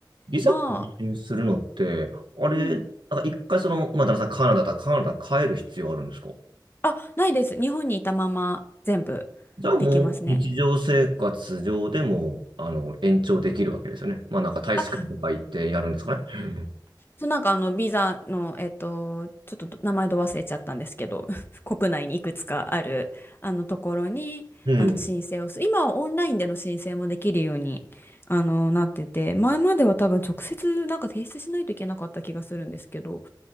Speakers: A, on the right (about 75°); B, on the left (about 30°).
A: ビザ更新するのって、
B: まあ
A: あれ、
B: うん
A: なんか一回その、まあ、旦那さんカナダだったらカナダ帰る必要あるんですか
B: あ、ないです。日本にいたまま全部
A: じゃあもう日常生活上でも、
B: できますね。
A: あの、延長できるわけですよね。まあなんか大使館とか行ってやるんですかね。
B: あ、
A: うん。
B: そう、なんかあのビザの、えっと、ちょっと名前ど忘れちゃったんですけど、<laughs> 国内にいくつかあるあのところにあの申請をす今はオンラインでの申請もできるようにあのなってて、
A: うん
B: 前までは多分直接なんか提出しないといけなかった気がするんですけど、